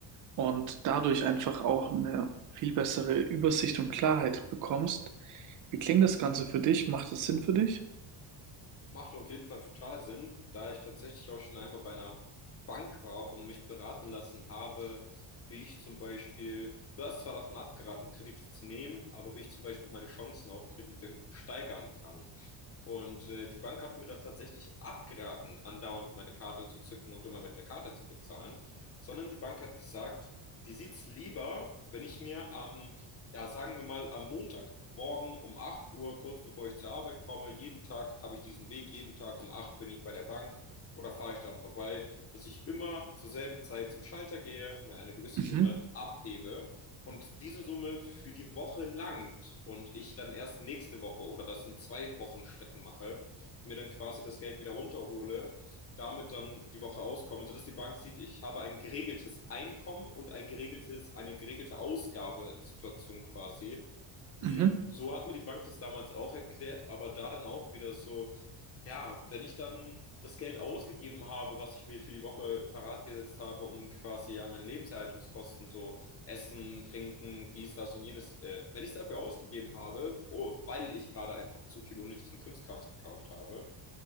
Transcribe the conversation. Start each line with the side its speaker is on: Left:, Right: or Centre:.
Right: und dadurch einfach auch eine viel bessere Übersicht und Klarheit bekommst. Wie klingt das Ganze für dich? Macht das Sinn für dich?
Left: Macht auf jeden Fall total Sinn, da ich tatsächlich auch schon einmal bei einer Bank war und mich beraten lassen habe, wie ich zum Beispiel, du hast zwar davon abgeraten, Kredite zu nehmen, aber wie ich zum Beispiel meine Chancen auf Kredite steigern kann. Und äh, die Bank hat mir da tatsächlich abgeraten, andauernd meine Karte zu zücken und immer mit der Karte zu bezahlen, sondern die Bank hat gesagt, die sieht's lieber, wenn ich mir am ja, sagen wir mal, am Montagmorgen um 8 Uhr, kurz bevor ich zur Arbeit komme, jeden Tag habe ich diesen Weg, jeden Tag um 8 bin ich bei der Bank oder fahre ich dran vorbei, dass ich immer zur selben Zeit zum Schalter gehe, mir eine gewisse
Right: Mhm.
Left: Summe abhebe und diese Summe für die Woche langt und ich dann erst nächste Woche oder das in zwei Wochen Schritten mache, mir dann quasi das Geld wieder runterhole damit dann die Woche auskomme, sodass die Bank sieht, ich habe ein geregeltes Einkommen und ein geregeltes, eine geregelte Ausgabesituation quasi. Mm,
Right: Mhm.
Left: So hat mir die Bank das damals auch erklärt, aber da dann auch wieder so, ja, wenn ich dann das Geld ausgegeben habe, was ich mir für die Woche parat gesetzt habe, um quasi ja meine Lebenserhaltungskosten, so Essen, Trinken, dies, das und jenes, äh, wenn ich es dafür ausgegeben habe, oh, weil ich gerade einfach zu viel unnötigen Krimskrams gekauft habe,